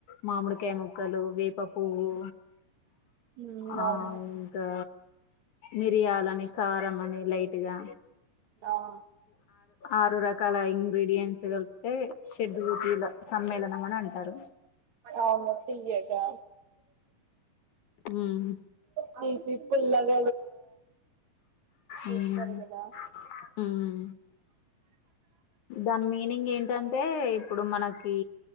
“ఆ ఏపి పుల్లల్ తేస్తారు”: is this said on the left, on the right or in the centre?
Right